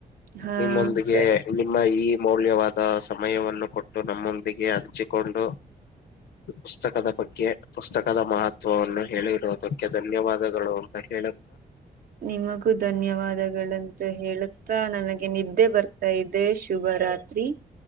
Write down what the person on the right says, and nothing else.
ಹಾ
ಸರಿ
ನಿಮಗೂ ಧನ್ಯವಾದಗಳಂತ ಹೇಳುತ್ತಾ ನನಗೆ ನಿದ್ದೆ ಬರ್ತಾ ಇದೆ ಶುಭ ನವರಾತ್ರಿ